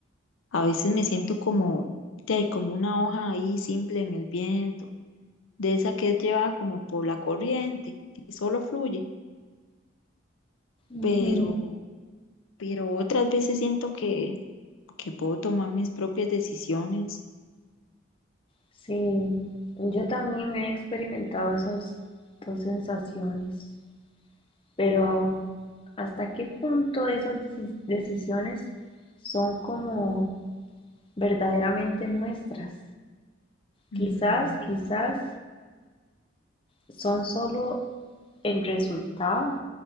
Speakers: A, on the left (about 85°); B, on the left (about 25°).
A: A veces me siento como, te como una hoja ahí simple en el viento de esa que es llevada como por la corriente, que solo fluye,
B: Ujú,
A: pero, pero otras veces siento que, que puedo tomar mis propias decisiones.
B: Sí, yo también he experimentado esas dos sensaciones, pero ¿hasta qué punto esas deci- decisiones son como verdaderamente nuestras?
A: Mm,
B: Quizás, quizás son solo el resultado,